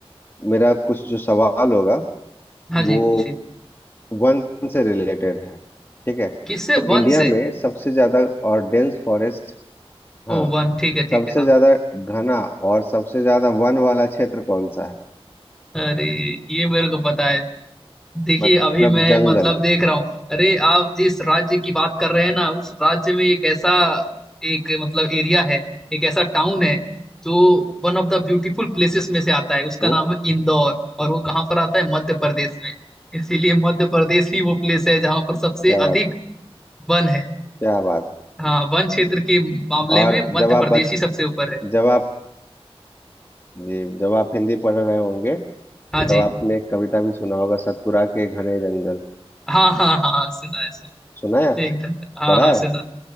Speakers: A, on the left (about 25°); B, in the centre.
A: मेरा कुछ जो सवाल होगा
B: हाँ
A: वो
B: जी पूछिए
A: वन से रिलेटेड है ठीक है
B: किससे
A: तो
B: वन
A: इंडिया
B: से
A: में सबसे ज्यादा और डेंस फॉरेस्ट हाँ
B: ओ वन ठीक है ठीक
A: सबसे
B: है हाँ
A: ज्यादा घना और सबसे ज्यादा वन वाला क्षेत्र कौन सा है
B: अरे ये मेरे को पता है देखिए
A: मतलब
B: अभी मैं
A: जंगल
B: मतलब देख रहा हूँ अरे आप जिस राज्य की बात कर रहे हैं ना उस राज्य में एक ऐसा एक मतलब एरिया है एक ऐसा टाउन है जो one of the beautiful places में से आता है उसका
A: हम्म
B: नाम है इंदौर और वो कहाँ पर आता है मध्य प्रदेश में इसीलिए मध्य प्रदेश ही वो प्लेस है जहाँ पर सबसे
A: क्या
B: अधिक
A: बात
B: वन है
A: क्या बात
B: हाँ वन क्षेत्र के मामले
A: और
B: में मध्य
A: जब आप
B: प्रदेश
A: बच
B: ही सबसे ऊपर है
A: जब आप जी जब आप हिंदी पढ़ रहे होंगे
B: हाँ जी
A: तब आपने एक कविता भी सुना होगा सतपुरा के घने जंगल
B: हाँ हाँ हाँ सुना है सुना
A: सुना है आपने
B: एकदम हाँ
A: पढ़ा
B: हाँ सुना
A: है